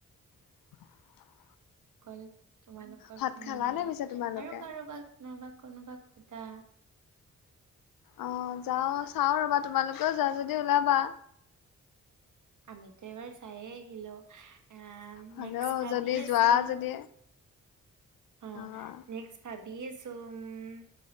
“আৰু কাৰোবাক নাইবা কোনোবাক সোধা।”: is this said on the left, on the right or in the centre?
Right